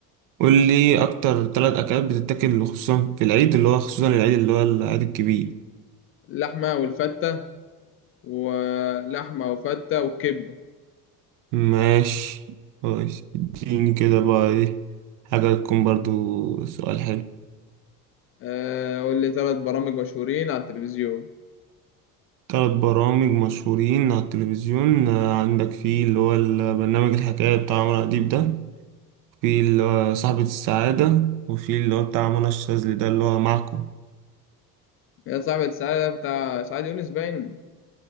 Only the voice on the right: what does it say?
قول لي أكتر ثلاث أكلات بتتاكل خصوصا في العيد اللي هو خصوصا العيد اللي هو العيد الكبير
ماشي كويس اديني كده بقى إيه حاجة تكون برضو سؤال حلو
ثلاث برامج مشهورين على التلفزيون آه، عندك في اللي هو البرنامج الحكاية بتاع عمرو أديب ده في اللي هو صاحبة السعادة وفي اللي هو بتاع منى الشاذلي ده اللي هو معكم